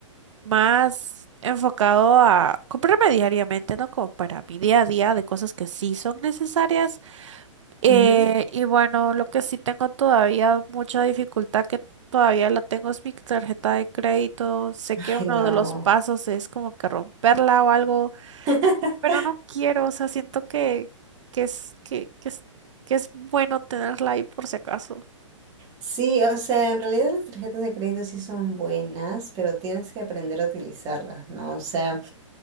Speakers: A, on the right; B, on the right.
A: más enfocado a comprarme diariamente, ¿no? Como para mi día a día de cosas que sí son necesarias eh,
B: Ujú.
A: y bueno, lo que sí tengo todavía mucha dificultad que todavía la tengo es mi tarjeta de crédito. Sé que
B: Ay,
A: uno
B: no.
A: de los pasos es como que romperla o algo,
B: <laughs>
A: pero no quiero, o sea, siento que, que es, que, que es, que es bueno tenerla ahí por si acaso.
B: Sí, o sea, en realidad las tarjetas de crédito sí son buenas, pero tienes que aprender a utilizarlas, ¿no? O sea,